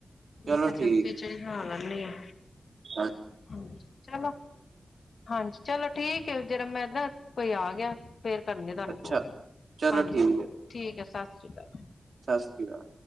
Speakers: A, on the right (about 75°); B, on the left (about 65°).
A: ਚਲੋ
B: ਮੈਂ ਕਿਹਾ ਛੱਡ
A: ਠੀਕ
B: ਖਿਚੜੀ ਖਣਾ ਲੈਨੀ ਆਂ।
A: ਹਾਂਜੀ
B: ਹੂੰ ਚਲੋ! ਹਾਂਜੀ, ਚਲੋ ਠੀਕ ਏ। ਜਰਾ ਮੈਂ ਦਾ, ਕੋਈ ਆ ਗਿਆ। ਫੇਰ ਕਰਨੀਂਆਂ ਤੁਹਾਨੂੰ
A: ਅੱਛਾ
B: ਕੌਲ।
A: ਚਲੋ
B: ਹਾਂਜੀ!
A: ਠੀਕ ਹੈ
B: ਠੀਕ ਏ, ਸਤਿ ਸ੍ਰੀ ਅਕਾਲ।
A: ਸਤਿ ਸ਼੍ਰੀ ਅਕਾਲ।